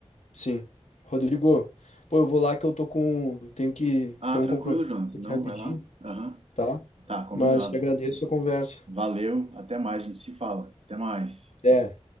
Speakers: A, on the left (about 75°); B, on the right (about 60°).
A: Sim. Rodrigo, pô, eu vou lá que eu tô com, tenho que
B: Ah,
A: ter um
B: tranquilo,
A: compromisso
B: Jonathan.
A: aqui
B: Não,
A: rapidinho,
B: vai lá. Aham.
A: tá?
B: Tá, combinado.
A: Mas te agradeço a conversa.
B: Valeu. Até mais, a gente se fala. Até mais.
A: Até.